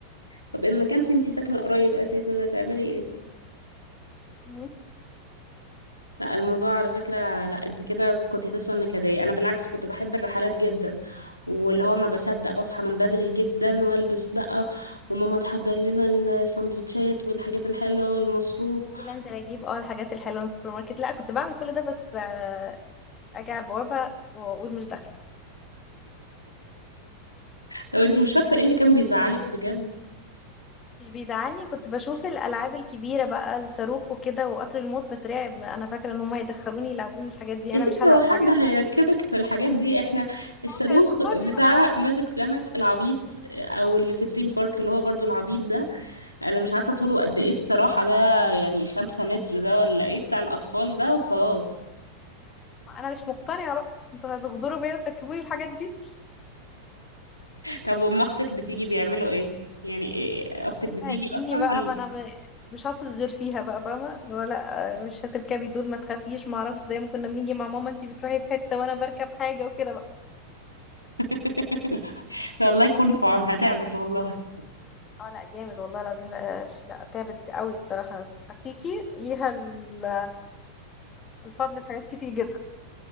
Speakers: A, on the left; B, on the left.
A: طب ان ما كانش انتي ساكنه قريب اساسا هتعملي ايه
B: مم.
A: لا الموضوع على فكره لا انت كده كنت طفله نكديه انا بالعكس كنت بحب الرحلات جدا واللي هو ما بصدق بصحى من بدري جدا والبس بقى وماما تحضر لنا السندوتشات والحاجات الحلوه والمصروف <laughs>
B: انزل اجيب اه الحاجات الحلوه من السوبر ماركت لا كنت بعمل كل ده بس آه، اجي على البوابه واقول مش داخله
A: طب انتي مش فاكره ايه اللي كان بيزعلك بجد
B: مش بيزعلني كنت بشوف الالعاب الكبيره بقى الصاروخ وكده وقطر الموت بترعب انا فاكره ان هم هيدخلوني يلعبوني الحاجات دي
A: يا
B: انا
A: ستي
B: مش هلعب
A: هو حد
B: الحاجات
A: هيركبك
B: دي
A: في الحاجات دي احنا الصاروخ
B: هو في اعتقادي
A: بتاع
B: بقى
A: ماجيك بلانت العبيط او اللي في دريم بارك اللي هو برضو العبيط ده انا مش عارفة طوله قد ايه الصراحة ده يعني خمسة متر ده ولا ايه بتاع الاطفال ده وخلاص
B: انا مش مقتنعه بقى انتوا هتغدروا بيا وتركبوني الحاجات دي
A: طب وام اختك بتيجي بيعملوا ايه يعني إيه اختك بتيجي
B: هديني
A: اصلا
B: بقى
A: ولا
B: ما انا م- مش هثق غير فيها بقى فاهمه اللي هو لا آه، مش هتركبي دول ما تخافيش ما اعرفش زي ما كنا بنيجي مع ماما انتي بتروحي في حته وانا بركب حاجه وكده بقى.
A: <laughs> ده الله يكون في عونها تعبت والله
B: اه لا جامد والله العظيم لا لا تعبت قوي الصراحة بس حقيقي ليها ال- الفضل في حاجات كتير جدا